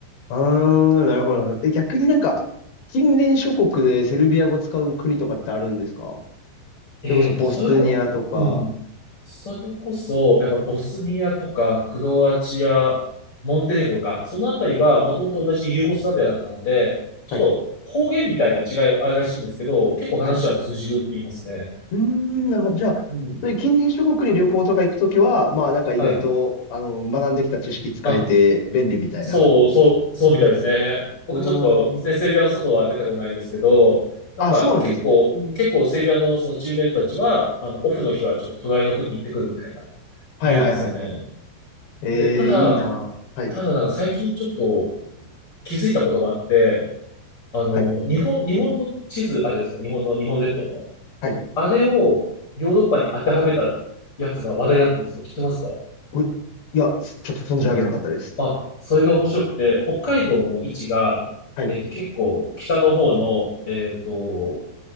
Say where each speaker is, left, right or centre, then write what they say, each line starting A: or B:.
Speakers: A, on the left; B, on the left.
A: あー、なるほど。え、逆になんか、近隣諸国でセルビア語使う国とかってあるんですかそ
B: えっと、
A: れこそボスニアとか。
B: それこ、うん。それこそ、やっぱボスニアとか、クロアチア、モンテネグロか、そのあたりはもともと同じユーゴスラビアだったので、ちょっと方言みたいな違いはあるらしいんですけど、
A: はい。
B: 結構話は通じるって言いますね。
A: はい。うーん、なるほど。じゃあ、
B: うん。
A: そういう近隣諸国に旅行とか行くときは、まあなんか意外と、
B: はい。
A: あの、学んできた知識使えて便利みたいな。
B: あ、そう、そう、そうみたいですね。僕ちょっと、
A: うーん。
B: ね、セルビアの外は出たことないですけど、なんか結構、
A: あ、そうなんですね。
B: うん結構セルビアのそのチームメイトたちは、あの、オフの日はちょっと隣の国に行ってくるみたいな、
A: はいはいはいはい。
B: 言うんですよね。
A: えー、
B: で、ただ、
A: いいな。はい。
B: ただなんか最近ちょっと気づいたことがあって、あの、
A: はい。
B: 日本、日本の地図、あるじゃないですか、日本の、日本列島の。
A: はい
B: あれをヨーロッパに当てはめたやつが話題になってるんですよ。知ってますか
A: おいや、ちょっと存じ上げなかったです。
B: あ、それが面白くて、北海道の位置が、
A: はい。
B: えっと、結構北の方の、えっと、